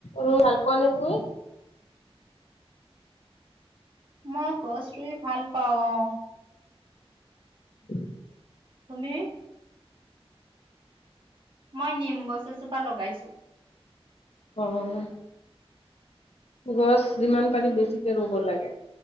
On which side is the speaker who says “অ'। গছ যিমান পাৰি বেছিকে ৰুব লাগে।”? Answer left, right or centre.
Left